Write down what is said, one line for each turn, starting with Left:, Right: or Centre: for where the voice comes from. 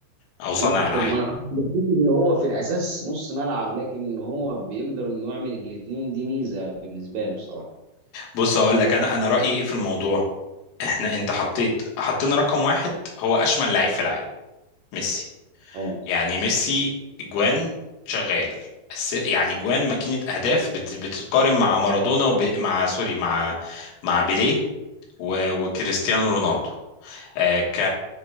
Left: او صانع
Right: انا كنت
Left: العاب
Right: انا كنت بشوف ان هو في الاساس نص ملعب لكن هو بيقدر انه يعمل الاثنين دي ميزه بالنسبه لي بصراحه
Left: بص اقول لك انا انا رأيي ايه في الموضوع احنا انت حطيت حطينا رقم واحد هو اشمل لعيب في العالم ميسي
Right: اه
Left: يعني ميسي جوان شغال أس- يعني جوان ماكينة اهداف بت... بتتقارن مع مارادونا وب... مع سوري مع مع بيليه و... وكريستيانو رونالدو آه، ك...